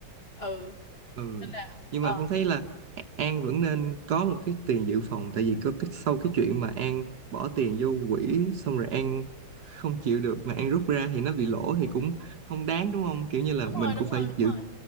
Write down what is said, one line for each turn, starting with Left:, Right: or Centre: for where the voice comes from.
Left: ừ
Right: ừ
Left: nên là
Right: nhưng
Left: ờ
Right: mà Phong thấy là A- An vẫn nên có một cái tiền dự phòng tại vì có cái sau cái chuyện mà An bỏ tiền vô quỹ xong rồi An không chịu được mà An rút ra thì nó bị lỗ thì cũng không đáng đúng không kiểu như là
Left: đúng
Right: mình
Left: rồi đúng
Right: cũng phải
Left: rồi đúng
Right: dự
Left: rồi